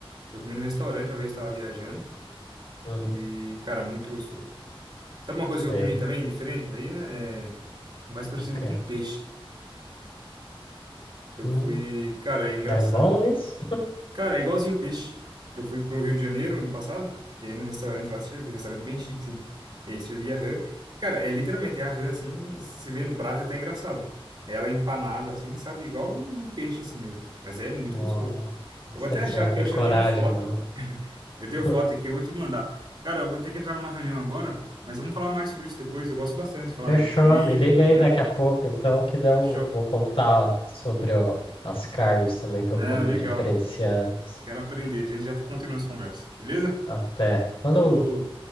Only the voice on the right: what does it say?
Eu comi no restaurante uma vez, estava viajando.
E, cara, muito gostoso. Sabe uma coisa que
eu comi também, diferente? Aí, né? É mais parecido
com peixe. Eu
fui. Cara, é engraçado.
Cara, é igualzinho peixe. Eu fui pro Rio de Janeiro ano passado, e aí num restaurante lá servia, restaurante bem chique, sim. E aí servia rã. Cara, é literalmente é a rã, assim, você vê no prato é até engraçado. É Ela empanada, assim, sabe? Igual um um peixe, assim mesmo. Mas é muito
gostoso.
Eu
vou até achar
aqui,
eu acho
que eu tenho foto.
<laughs> Eu tenho
foto aqui, eu vou te mandar. Cara, eu vou ter que entrar numa reunião agora, mas vamos falar mais sobre isso depois. Eu gosto bastante de falar
sobre comida,
cozinhar.
Fechou.
Não,
legal.
Quero aprender. A gente já continua essa conversa, beleza?
Falou.